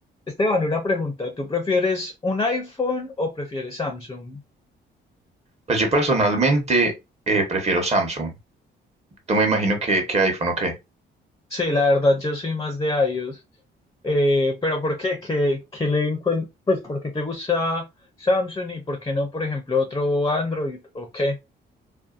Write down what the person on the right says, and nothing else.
Pues yo personalmente eh, prefiero Samsung. Tú me imagino que, que iPhone o qué.